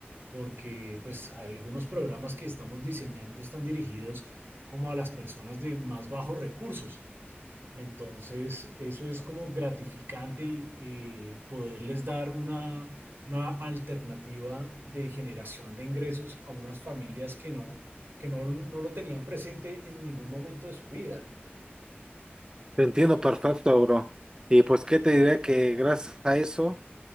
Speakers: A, on the right; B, on the right.
A: porque pues algunos programas que estamos diseñando están dirigidos como a las personas de más bajos recursos. Entonces, eso es como gratificante eh, poderles dar una, una alternativa de generación de ingresos a unas familias que no, que no, no lo tenían presente en ningún momento de su vida.
B: Te entiendo perfecto, bro. Y pues qué te diré que gracias a eso,